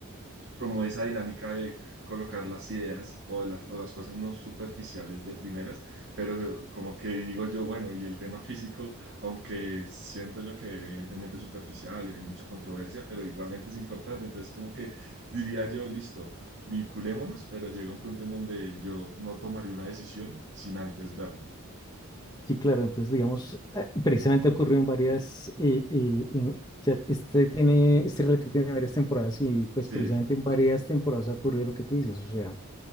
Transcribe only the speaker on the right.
promueve esa dinámica de colocar las ideas o de las, o las cosas no superficiales de primeras, pero se- como que digo yo, bueno, y el tema físico, aunque siento yo que evidentemente es superficial y hay mucha controversia, pero igualmente es importante, entonces como que diría yo, listo, vinculémonos, pero llega un punto en donde yo no tomaré una decisión sin antes verla.
Sí,